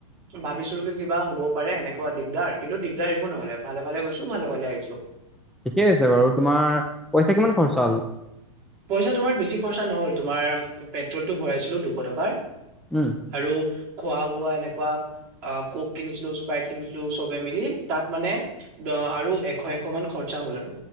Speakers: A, on the right (about 45°); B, in the centre.
A: ভাবিছিলোঁ কি কিবা হ'ব পাৰে এনেকুৱা দিগদাৰ, কিন্তু দিগদাৰ একো নহ'লে ভালে ফালে গৈছোঁ ভালে-ভালে আহিছোঁ।
B: ঠিকেই আছে বাৰু তোমাৰ, পইচা কিমান খৰচা হ'ল?
A: পইচা তোমাৰ বেছি খৰচা নহ'ল তোমাৰ পেট্ৰলটো কৰাইছিলোঁ দুশ টকাৰ
B: উম
A: আৰু খোৱা বোৱা এনেকুৱা ক'ক কিনিছিলোঁ স্প্ৰাইট কিনিছিলোঁ চবে মিলি তাত মানে দহ অহ, আৰু এশ এশ মান খৰচা হ'ল আৰু।